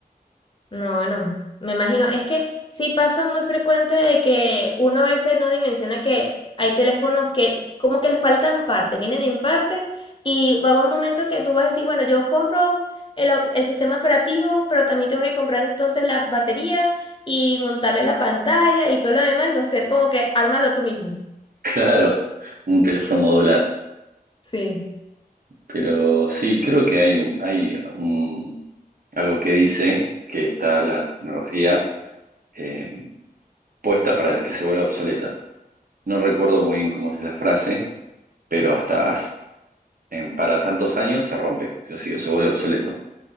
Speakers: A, on the left (about 30°); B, on the right (about 65°).
A: No, bueno, me imagino. Es que sí pasa muy frecuente de que uno a veces no dimensiona que hay teléfonos que como que les faltan partes, vienen en parte y va a haber un momento que tú vas a decir, bueno, yo compro el, o- el sistema operativo, pero también tengo que comprar entonces la batería y montarle la pantalla y todo lo demás y va a ser como que ármalo tú mismo.
B: Claro, un teléfono modular.
A: Sí.
B: Pero sí, creo que hay, un- hay un- algo que dice que está la tecnología eh, puesta para que se vuelva obsoleta. No recuerdo muy bien cómo es la frase, pero hasta hace- en- para tantos años se rompe, sí o sí, o se vuelve obsoleto.